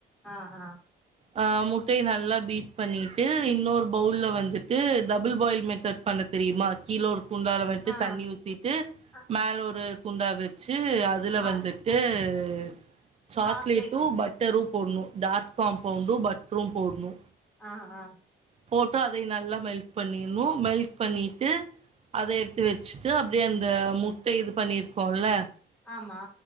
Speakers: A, in the centre; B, on the right.
A: ஆ ஆ
B: ஆ முட்டய நல்லா பீட் பண்ணிட்டு இன்னொரு பவுல வந்துட்டு டபுள் பாயில் மெத்தட் பண்ண தெரியுமா கீழ ஒரு குண்டால வந்துட்டு
A: ஆ,
B: தண்ணி ஊத்திட்டு
A: அ,
B: மேல ஒரு குண்டா வச்சு அதுல
A: அ
B: வந்துட்டு ட்டு சாக்லேட்டும்
A: சாக்லேட்டு.
B: பட்டரும் போடணு டார்க் ஃபாம் பவுடரும் பட்ரூம் போடணு
A: ஆ ஆ
B: போட்டு அதையு நல்லா மெல்ட் பண்ணிரனும் மெல்க் பண்ணிட்டு அத எடுத்து வச்சிட்டு அப்டியே அந்த முட்ட இது பண்ணிருக்கோல
A: ஆமா